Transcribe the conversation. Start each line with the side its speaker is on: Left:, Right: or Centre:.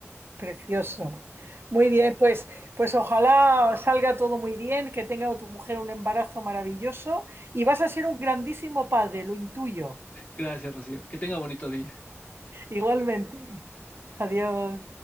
Right: Precioso. Muy bien, pues, pues ojalá salga todo muy bien, que tenga tu mujer un embarazo maravilloso y vas a ser un grandísimo padre, lo intuyo.
Left: Gracias, Rocío. Que tenga bonito día.
Right: Igualmente. Adiós.